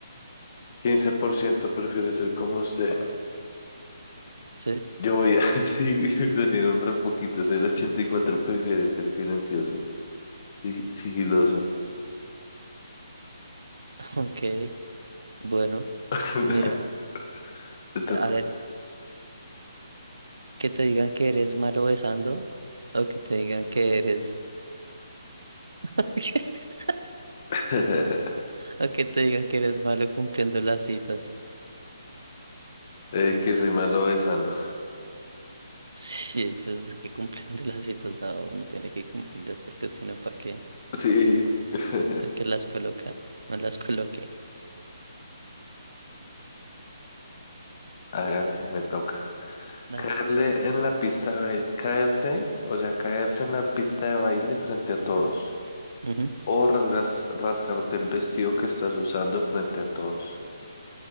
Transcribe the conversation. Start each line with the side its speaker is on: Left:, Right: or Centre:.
Left: 15% prefiere ser como usted.
Right: ¿Sí?
Left: Yo voy a <laughs> sí, salieron re poquitos, el 84 prefiere ser silencioso, sí, sigiloso.
Right: <laughs> Ok, bueno,
Left: <laughs>
Right: mira,
Left: Te toca.
Right: a ver, que te digan que eres malo besando o que te digan que eres... <laughs>
Left: <laughs>
Right: o que te digan que eres malo cumpliendo las citas.
Left: Eh, que soy malo besando.
Right: Sí, pues es que cumpliendo las citas, no, uno tiene que cumplirlas porque si no, ¿para qué?
Left: Sí. <laughs>
Right: ¿Para qué las coloca? No las coloque.
Left: Hágale, me toca.
Right: Dale.
Left: Caerle en la pista de baile, caerte, o sea, caerse en la pista de baile frente a todos.
Right: Ujú.
Left: O rasgas- rasgarte el vestido que estás usando frente a todos.